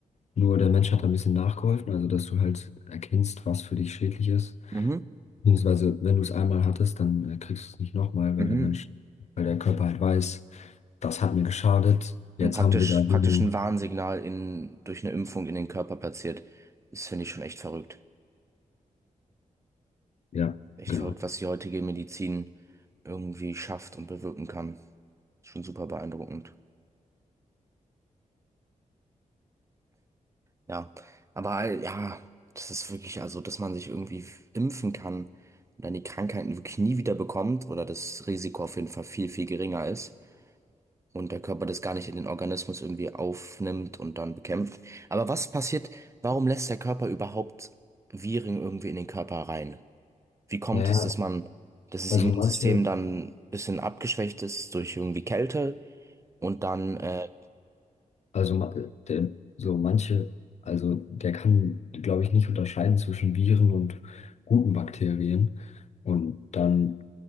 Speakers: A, on the left; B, on the right.
A: nur der Mensch hat da ein bisschen nachgeholfen, also dass du halt erkennst, was für dich schädlich ist.
B: Mhm,
A: Beziehungsweise, wenn du es einmal hattest, dann äh, kriegst du es nicht nochmal,
B: mhm.
A: weil der Mensch, weil der Körper halt weiß, das hat mir geschadet,
B: Und
A: jetzt
B: praktisch,
A: haben wir da Heilung.
B: praktisch ein Warnsignal in, durch eine Impfung in den Körper platziert. Das finde ich schon echt verrückt.
A: Ja,
B: Echt
A: genau.
B: verrückt, was die heutige Medizin irgendwie schafft und bewirken kann. Schon super beeindruckend. Ja, aber äh, ja, das ist wirklich, also, dass man sich irgendwie impfen kann und dann die Krankheiten wirklich nie wieder bekommt oder das Risiko auf jeden Fall viel, viel geringer ist und der Körper das gar nicht in den Organismus irgendwie aufnimmt und dann bekämpft. Aber was passiert, warum lässt der Körper überhaupt Viren irgendwie in den Körper rein? Wie kommt
A: Naja,
B: es, dass man, dass das
A: also
B: Immunsystem
A: manche,
B: dann ein bisschen abgeschwächt ist durch irgendwie Kälte? Und dann, äh,
A: Also ma- äh, der, so manche, also der kann, glaube ich, nicht unterscheiden zwischen Viren und guten Bakterien. Und dann,